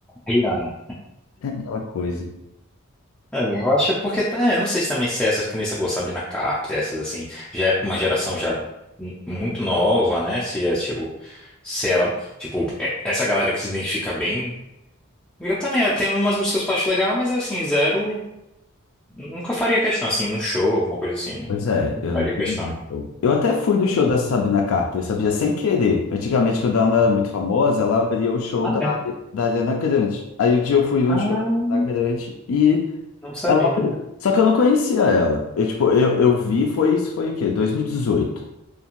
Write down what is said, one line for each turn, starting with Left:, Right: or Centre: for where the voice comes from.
Centre: Rihanna.
Left: é aquela coisa.
Centre: É, eu acho porque tá, eu não sei se também se é essas que nem você falou, Sabrina Carpenter, essas assim, já é pra uma geração já mu- muito nova, né? Se é tipo, se ela, tipo, é- essa galera que se identifica bem Eu também, eu tenho umas músicas que eu acho legal, mas assim, zero. Nunca faria questão, assim, um show, alguma coisa assim, não,
Left: Pois é,
Centre: não
Left: eu
Centre: faria
Left: não tive.
Centre: questão.
Left: Eu até fui do show da Sabrina Carpenter, sabia? Sem querer. Antigamente, quando ela não era muito famosa, ela abria o show
Centre: Ah,
Left: da,
Centre: é?
Left: da Ariana Grande. Aí um dia eu fui num
Centre: Ah,
Left: show da Ariana Grande e
Centre: não sabia.
Left: ela abriu. Só que eu não conhecia ela. Eu, tipo, eu, eu vi, foi isso, foi o quê? 2018,